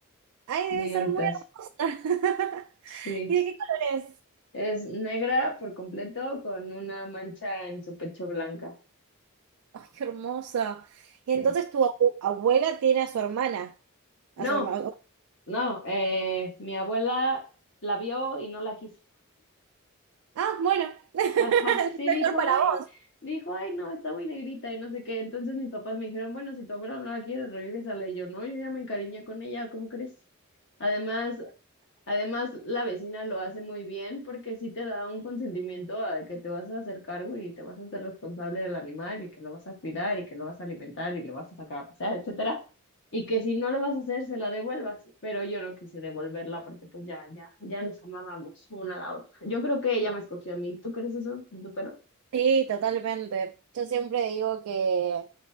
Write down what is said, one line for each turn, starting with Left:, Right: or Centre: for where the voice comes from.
Right: Ay,
Left: muy
Right: debe ser
Left: altas.
Right: muy hermosa. <laughs>
Left: Sí,
Right: ¿Y de qué colores?
Left: es negra por completo con una mancha en su pecho blanca.
Right: ¡Ay, qué hermoso! Y
Left: Sí.
Right: entonces tu abu- abuela tiene a su hermana, a
Left: No,
Right: su hermano.
Left: no, eh, mi abuela la vio y no la quiso.
Right: Ah, bueno, <laughs> es
Left: Ajá, sí,
Right: mejor
Left: dijo,
Right: para
Left: ay,
Right: vos.
Left: dijo, ay, no, está muy negrita y no sé qué. Entonces mis papás me dijeron, bueno, si tu abuela no la quiere, regrésala. Y yo, no, yo ya me encariñé con ella, ¿cómo crees? Además, Además, la vecina lo hace muy bien porque sí te da un consentimiento a que te vas a hacer cargo y te vas a hacer responsable del animal y que lo vas a cuidar y que lo vas a alimentar y le vas a sacar a pasear, etcétera. Y que si no lo vas a hacer, se la devuelvas. Pero yo no quise devolverla porque pues ya, ya, ya nos amábamos una a la otra. Yo creo que ella me escogió a mí. ¿Tú crees eso de tu perro?
Right: Sí, totalmente. Yo siempre digo que,